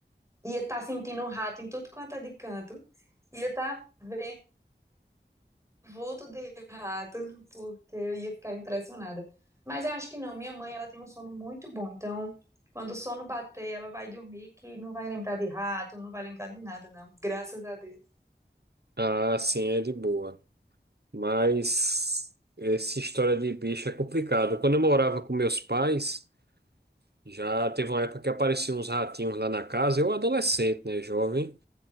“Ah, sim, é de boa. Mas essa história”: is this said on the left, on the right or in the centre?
Right